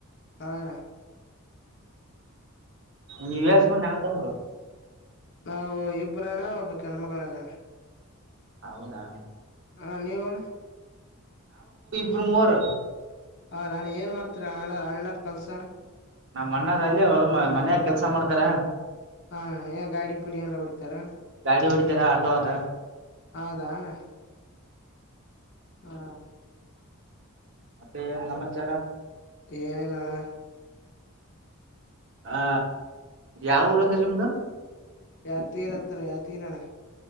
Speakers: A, on the left; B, on the right.
A: ಹಣ
B: ನೀವಸ್
A: ಹ್ಮ್
B: ಮಂದ ಅಂತಂಗರು
A: ನಾವು ಇಬ್ಬ್ರಣ್ಣ ಒಬ್ಬ ಕೆಣ್ಮಗಳರಣ್ಣ
B: ಹೌದಾ
A: ಹಾ ನಿವಣ
B: ಬ್ರಮರ್
A: ಹ ನಾನ ಏನ್ ಮಾಡ್ತೀರ ಅಣ ಅಣ್ಣಾರ್ ಕಲ್ಸೋಣ
B: ನಾ್ ಮಣ್ಣಾರ ಅಲ್ಲಿ ಅವ ಮನ್ಯಾಗ ಕೆಲ್ಸ ಮಾಡ್ತಾರ
A: ಹಣ್ಣ ಏ ಗಾಡಿ ಪೀಡಿ ಅಂದ ಹೊಡಿತಾರ
B: ಗಾಡಿ ಹೊಡಿತಾರ ಆಟೋ ಅದ
A: ಹೌದಾಣ ಹಾ.
B: ಮತ್ತೆ ಏನ್ ಸಮಾಚಾರ.
A: ಏನ ಇಲ್ಲಣ್ಣ.
B: ಆ ಯಾವ ಊರ ಅಂದ್ರಿ ನಿಮ್ದ.
A: ಯಾ ತೀ ಹತ್ರ ಯಾದಗಿರ್ ಅಣ್ಣಾ.